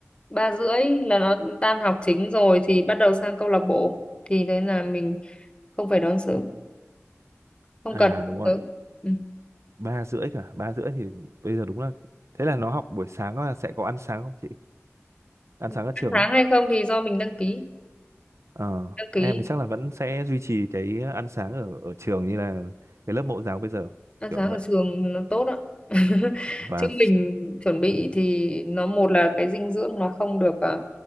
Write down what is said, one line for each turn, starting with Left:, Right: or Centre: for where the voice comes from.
Left: ba rưỡi là nó tan học chính rồi thì bắt đầu sang câu lạc bộ thì đấy là mình không phải đón sớm không
Right: à
Left: cần đón
Right: đúng rồi
Left: sớm ừ.
Right: ba rưỡi cả ba rưỡi thì bây giờ đúng là thế là nó học buổi sáng là sẽ có ăn sáng không chị ăn sáng
Left: ăn
Right: ở trường
Left: sáng
Right: ấy
Left: hay không thì do mình đăng ký
Right: ờ
Left: đăng ký
Right: em thì chắc là vẫn sẽ duy trì cái ăn sáng ở ở trường như là cái lớp mẫu giáo bây giờ
Left: ăn
Right: kiểu
Left: sáng
Right: như vậy
Left: ở trường nó tốt ạ <laughs>
Right: và
Left: chứ mình chuẩn bị thì nó một là cái dinh dưỡng nó không được à,